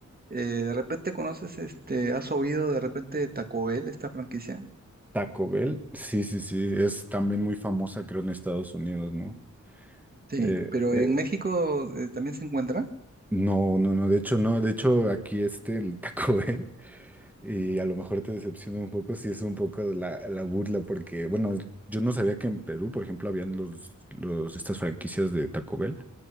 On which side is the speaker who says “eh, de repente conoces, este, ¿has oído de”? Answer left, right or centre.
Right